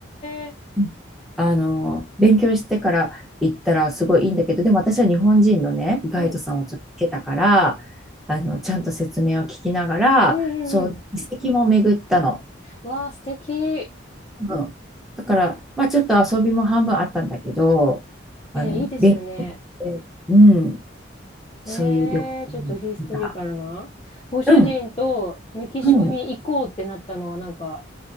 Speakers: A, on the left (about 25°); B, in the centre.
A: え、
B: うんあの、勉強してから行ったらすごいいいんだけど、でも私は日本人のね、ガイドさんをちょっとつけたから、
A: うん。
B: あの、ちゃんと説明を聞きながら、
A: うんうんうん。
B: そう、遺跡も巡ったの。
A: わあ、素敵。い
B: うん。だから、まあちょっと遊びも半分あったんだけど、あの、
A: やいや、いいですよね。
B: 勉強で、うん、
A: へ
B: そういう旅行に行った。
A: え、ちょっとヒストリカルな。ご主人とメキシコに行こうってなったのはなんか
B: うん、うん、